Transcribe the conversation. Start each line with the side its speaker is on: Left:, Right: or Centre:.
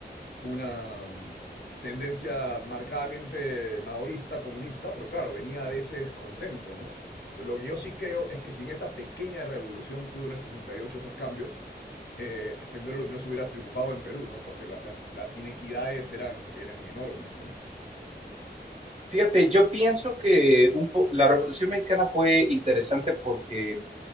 Left: una mm, tendencia marcadamente maoísta, comunista, pero claro, venía de ese descontento, ¿no? Pero lo que yo sí creo es que sin esa pequeña revolución que hubo en el sesenta y ocho esos cambios, eh, Sendero Luminoso hubiera triunfado en Perú, ¿no? Porque la, las, las, inequidades eran, eran enormes, ¿no?
Right: Fíjate, yo pienso que un po- la Revolución Mexicana fue interesante porque